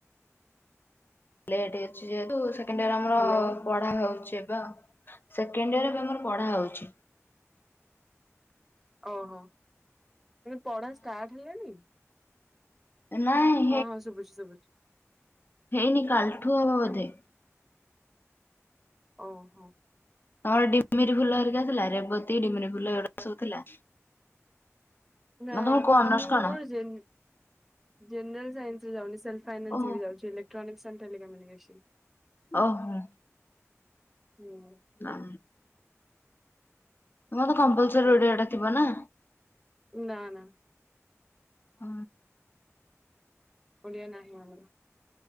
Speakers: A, on the left; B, in the centre.
A: ଲେଟ୍ ହେଉଛି ଯେହେତୁ ସେକେଣ୍ଡ ଇୟର୍ ଆମର
B: ହ୍ୟାଲୋ।
A: ପଢ଼ା ହଉଛି ଏବେ ଆଉ ସେକେଣ୍ଡ ଇୟର ଏବେ ଆମର ପଢ଼ା ହଉଛି।
B: ଓହୋ ପଢା ଷ୍ଟାର୍ଟ ହେଲାଣି।
A: ନାାଇଁ
B: ହଁ ହଁ ଶୁଭୁଛି ଶୁଭୁଛି
A: ହେଇନି କାଲିଠୁ ହବ
B: ମାନେ
A: ବୋଧେ।
B: ଓହୋ।
A: ତମର ଡିମିରି ଫୁଲ ହେରିକା ଥିଲା ରେବତୀ ଡିମିରି ଫୁଲ ଏଗୁଡା ସବୁ ଥିଲା।
B: ନା
A: ତମର କୋଉ ଅନର୍ସ
B: ଆମ
A: କଣ?
B: ମୋର ଯେ ଜେନେରାଲ ସାଇନ୍ସରେ ଯାଉନି <unintelligible> ଫାଇନାନ୍ସରେ
A: ଓହୋ
B: ଯାଉଛି <unintelligible>
A: ଓହୋ
B: ହୁଁ
A: ଆ ତମର ତ କମ୍ପଲସରୀ
B: ଆଚ୍ଛା
A: ଅଡିଓ ଟା ଥିବ ନା।
B: ନା ନା
A: ହ
B: ପଡିଆ ନାହିଁ ଆମର।